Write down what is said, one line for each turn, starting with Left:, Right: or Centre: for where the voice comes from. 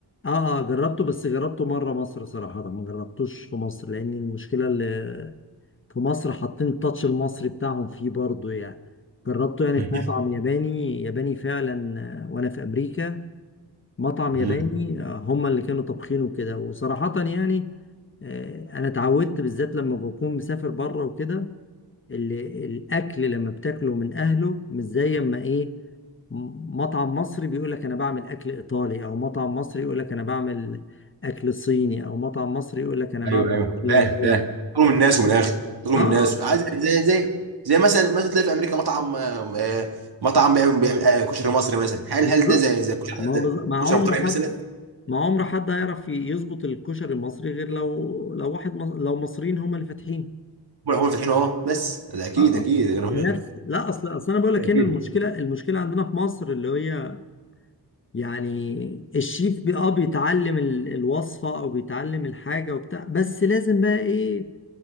Left: اه اه جربته بس جربته مره مصر صراحه ما جربتوش في مصر لان المشكله اللي في مصر حاطين التاتش المصري بتاعهم فيه برضه يعني جربته يعني
Right: <laughs>
Left: في مطعم ياباني ياباني فعلا آه، وانا في امريكا مطعم ياباني
Right: مم.
Left: آه، هم اللي كانوا طابخينه كده وصراحه يعني آه، انا اتعودت بالذات لما بكون مسافر بره وكده ال- الاكل لما بتاكله من اهله مش زي اما ايه م- مطعم مصري بيقول لك انا بعمل اكل ايطالي او مطعم مصري يقول لك انا بعمل اكل صيني او مطعم مصري يقول لك انا بعمل
Right: ايوه ايوه
Left: اكل
Right: فاهم
Left: ياباني
Right: فاهم تطلب من الناس ومن الاخر تطلب
Left: اه
Right: من الناس عايز زي زي زي مثلا مثلا تلاقي في امريكا مطعم آه، آه، مطعم بيعمل بيعمل آه، كشري مصري مثلا هل
Left: بالظبط
Right: هل ده زي زي كشري
Left: ما
Right: زي
Left: هو بالظبط ما عمر
Right: كشري ابو طارق
Left: حد
Right: مثلا
Left: ما عمر حد هيعرف يظبط الكشري المصري غير لو لو واحد مص... لو مصريين هم اللي فاتحين
Right: هم هم فاتحين اهو بس ده اكيد
Left: اه آه.
Right: اكيد أنا-
Left: بنفس لا اصل اصل انا بقول لك
Right: <laughs> اكيد
Left: هنا المشكله المشكله عندنا في مصر اللي هي يعني الشيف بي اه بيتعلم ال- الوصفه او بيتعلم الحاجه وبتاع بس لازم بقى ايه